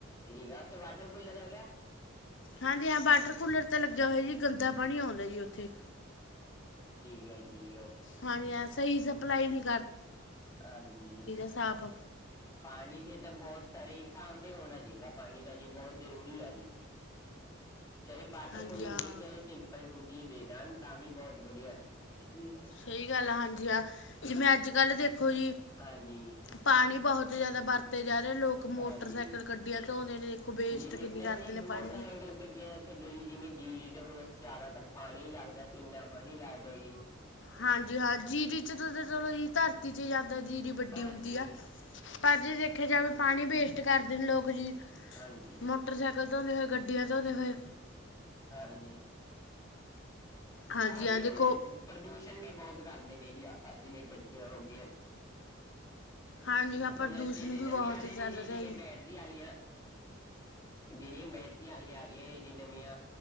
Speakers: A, on the left; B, on the left.
A: ਠੀਕ ਆ ਉੱਥੇ ਵਾਟਰ ਕੂਲਰ ਹੈਗਾ।
B: ਹਾਂਜੀ ਹਾਂ ਵਾਟਰ ਕੂਲਰ ਤਾਂ ਲੱਗਿਆ ਹੋਇਆ ਜੀ ਗੰਦਾ ਪਾਣੀ ਆਉਂਦਾ ਜੀ ਉੱਥੇ
A: ਅੱਛਾ ਜੀ, ਓਕੇ।
B: ਹਾਂਜੀ ਹਾਂ ਸਹੀ ਸਪਲਾਈ ਨੀ
A: ਹਾਂਜੀ,
B: ਸਾਫ਼
A: ਪਾਣੀ ਦੀ ਤਾਂ ਬਹੁਤ ਸਾਰੀ ਥਾਂ ਤੇ ਹੋਣਾ ਚਾਹੀਦਾ ਪਾਣੀ ਤਾਂ ਜੀ ਬਹੁਤ ਜਰੂਰੀ ਆ ਜੀ। ਚਾਹੇ ਬਾਟਰ
B: ਹਾਂਜੀ
A: ਕੁਲਰ
B: ਹਾਂ
A: ਨ ਚਾਹੇ ਸਿੰਪਲ ਟੂਟੀਏ ਦੇ ਦੇਣ ਤਾਂ ਵੀ ਬਹੁਤ ਵਧੀਆ ਹੈ
B: ਸਹੀ ਗੱਲ ਆ। ਹਾਂਜੀ, ਹਾਂ ਜਿਵੇਂ ਅੱਜ ਕੱਲ ਦੇਖੋ ਜੀ।
A: ਹਾਂਜੀ
B: ਪਾਣੀ ਬਹੁਤ ਜਿਆਦਾ ਵਰਤੇ ਜਾ ਰਹੇ ਲੋਕ ਮੋਟਰਸਾਈਕਲ
A: ਹਾਂਜੀ
B: ਗੱਡੀਆਂ ਧੋਂਦੇ ਨੇ ਦੇਖੋ ਵੇਸਟ
A: ਜਿਵੇਂ
B: ਕਿੰਨੀ
A: ਨੀ-ਨੀ
B: ਕਰਦੇ ਨੇ
A: ਜੀ ਮੋਟਰ
B: ਪਾਣੀ ਦੀ
A: ਹੈਕਲ ਗੱਡੀਆਂ ਛੱਡੋ ਜੀ ਜਿਵੇਂ ਜੀ ਜ ਤੇ ਹੁਣ ਜਿਆਦਾਤਰ ਪਾਣੀ ਲੱਗਦਾ ਕਿੰਨਾ ਪਾਣੀ ਲੱਗਦਾ ਜੀ।
B: ਹਾਂਜੀ ਹਾਂ ਜੀਰੀ ਚਲੋ ਜੀ ਧਰਤੀ ਚ ਜਾਂਦਾ ਜਿੜੀ ਵੱਡੀ
A: ਹਾਂਜੀ
B: ਹੁੰਦੀ ਆ ਪਰ ਜੇ। ਰਖਿਆ ਜਾਵੇ ਪਾਣੀ ਵੇਸਟ ਕਰਦੇ ਨੇ ਲੋਕ ਲੋਕ ਜੀ
A: ਹਾਂਜੀ
B: ਮੋਟਰਸੈਕਲ ਧੋਦੇ ਹੋਏ, ਗੱਡੀਆਂ ਧੋਦੇ ਹੋਏ।
A: ਹਾਂਜੀ।
B: ਹਾਂਜੀ
A: ਆਹ ਵੀ
B: ਹਾਂ ਦੇਖੋ
A: ਹੁਣ ਪ੍ਰਦੂਸ਼ਣ ਵੀ ਬਹੁਤ ਕਰਦੇ ਨੇ ਆ ਜਿਵੇਂ ਗੱਡੀਆਂ ਹੋ ਗਈਆਂ
B: ਹਾਂਜੀ ਹਾਂ
A: ਹੁਣ
B: ਪ੍ਰਦੂਸ਼ਣ
A: ਜਿਹੜੇ
B: ਵੀ
A: ਨਵੇਂ
B: ਬਹੁਤ
A: ਆ ਰਹੇ
B: ਚੱਲ
A: ਨੇ ਜੀ
B: ਰਿਹਾ
A: ਜਿਵੇਂ ਬੈਟਰੀ ਆਲੀਆਂ ਜਿਹੜੀਆਂ ਬੈਟਰੀਆਂ ਆਈ ਆ ਰਹੀਆਂ ਨੇ ਜੀ ਨਵੀਆਂ,